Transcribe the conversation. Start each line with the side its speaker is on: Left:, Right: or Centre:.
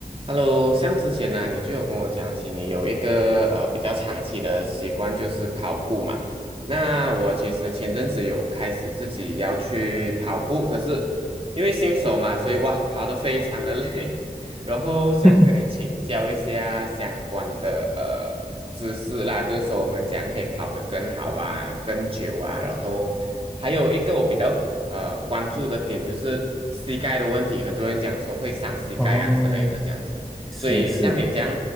Right: Hello，像之前呢、你就有跟我讲起你有一个呃比较长期的习惯就是跑步嘛。那我其实前阵子有开始自己要去跑步，可是因为新手嘛，所以哇，跑得非常的累，<laughs> 然后想跟你请教一下相关的呃知识啦，
Centre: <laughs>
Right: 就是说我们怎样可以跑得更好啊、更久啊。然后还有一个我比较呃关注的点就是膝盖的问题，很多人讲说会伤膝盖啊之类的这样子。
Centre: 哦，是是
Right: 所以像你这样